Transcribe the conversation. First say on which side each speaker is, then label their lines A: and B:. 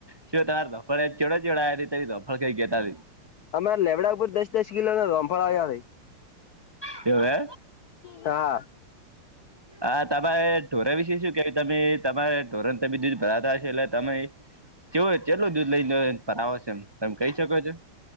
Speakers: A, on the right; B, on the left.
A: શું તમારે ધફડ ચોડો ચવડાયા તમે ધફડ કઈ કેતા
B: અમારે લેવડા ઉપર દસ દસ કિલો ના રમફળ આવ્યા તાઈ
A: કેવય
B: હા
A: આ તમારે ઢોર વિશે શું કેવાય તમે તમારે ઢોરણને બીજું જ ભરાતા હશે એટલે તમે કેવો કેટલું દૂધ લઈને પર આવ છે એમ તમે કહી શકો છો